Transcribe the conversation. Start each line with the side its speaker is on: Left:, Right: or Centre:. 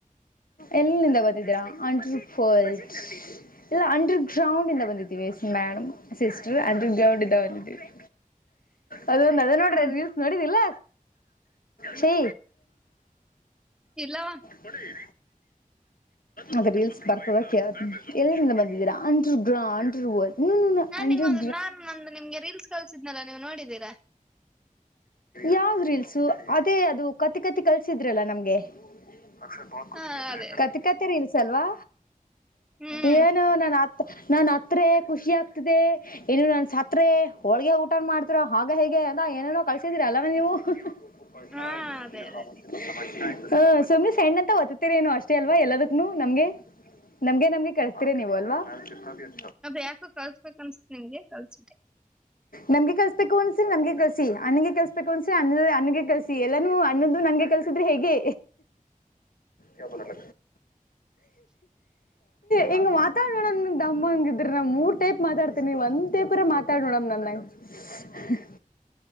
Left: ಎಲ್ಲಿಂದ ಬತಿದ್ದೀರಾ ಅಂಟರಫಲೆಟ್ ಇಲ್ಲ ಅಂಡರ್ ಗ್ರೌಂಡ್ ಇಂದ ಬಂದಿದೀವಿ yes madam sister underground ಇಂದ ಬಂದಿದ್ವಿ ಅದೊಂದು ಅದೇ ನೋಡ್ರೆ
Centre: ಹ್ಮ್
Left: ರೀಲ್ಸ್ ನೋಡಿದಿಲ್ಲ ಚೀ
Centre: ಇಲ್ಲವಾ
Left: ಹೊಡಿರಿ ಅದ ರೀಲ್ಸ್ ಬರ್ತದಕ್ಕೆ ಎರಿಂದ ಬಂದ ಅಂಡರ್ ಗ್ರೌಂಡ್ ಅಂಡರ್ಲ್ಡ್ ವರ್ಲ್ಡ್
Centre: ನಾನ್
Left: ಅಂಡರ್
Centre: ನಿಂಗೊಂದು ನಾನ್ ಒಂದು ನಿಮ್ಗೆ ರೀಲ್ಸ್ ಕಳಸಿದ್ನಲ್ಲ ನೀವು ನೋಡಿದ್ದೀರಾ
Left: ಯಾವ್ ರೀಲ್ಸು ಅದೇ ಅದು ಕತಿ ಕತಿ ಕಲ್ಸಿದ್ರಲ್ಲ ನಮ್ಗೆ <unintelligible>
Centre: ಹಾ ಅದೇ ಅದೇ
Left: ಸಲ್ವಾ
Centre: ಹ್ಮ್
Left: ಏನು ನಾನ ಆ ನನ್ ಹತ್ರ ಖುಷಿ ಆಗ್ತಿದೆ ಇನ್ನು ನನ್ ಸತ್ ಹೋಳ್ಗೆ ಊಟ ಮಾಡ್ತಿರೋ ಹಾಗ ಹೇಗೆ ಏನೇನೋ ಕಳ್ಸಿದ್ರ ಅಲ್ಲವ ನೀವು ಪ ಸಮ
Centre: ಹಾ ಅದೇ ಅದೇ
Left: <unintelligible> ಹ ಸುಮ್ನೆ ಸಣ್ಣ ಅಂತ ಓದ್ತತಿರ ನು ಅಷ್ಟೇ ಅಲ್ವಾ ಎಲ್ಲದಕ್ಕನುೂ ನಮ್ಗೆ ನಮ್ಗೆ ನಮ್ಗೆ ಕಳ್ಸ್ತೀರ ನೀವು ಅಲ್ವಾ <unintelligible>
Centre: ಅ ಬ ಯಾಕೋ ಕಳ್ಸ್ಬೇಕ ಅನ್ಿಸತೆ ನಿಂಗೆ ಕಲ್ಸ.
Left: ನಮ್ಗೆ ಕಸಸ್ಬೇಕು ಅನ್ಸಿ ನಮಗೆ ಕಲ್ಸ ಸ ಅನಗೆ ಕಲ್ಸಬೇಕು ಅನ್ಸೆ ಅನ್ನ ಅನಗೆ ಕಲ್ಸಿ ಎಲ್ಲಾನ ಅನ್ನ್ದ ನಂಗೆ ಕೆಲ್ಸಿದ್ರೆ ಹೇಗೆ. ಕ ನಲ್ಲ. ಹಿಂಗ ಮಾತಾಡ ನೋಡಮ ದಮ್ಮಂಗಿದ್ರ ನಮ್ ಮೂರ್ ಟೈಪ್ ಮಾತಾಡ್ತೇನಿ ಒಂದ್ ಟೇಪರ ಮಾತಾಡ್ ನೋಡಮ ನಮನಂಗ <unintelligible>